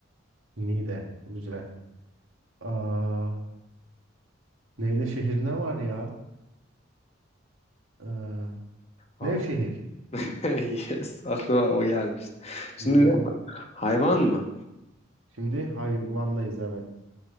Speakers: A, on the right; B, on the left.
A: Niğde. Güzel. Aa, neyle şehir ne var ya? Ee,
B: Al.
A: Nevşehir.
B: <laughs> Yes, aklıma o gelmişti. Şimdi
A: Buldum.
B: ne? Hayvan mı?
A: Şimdi hayvandayız evet.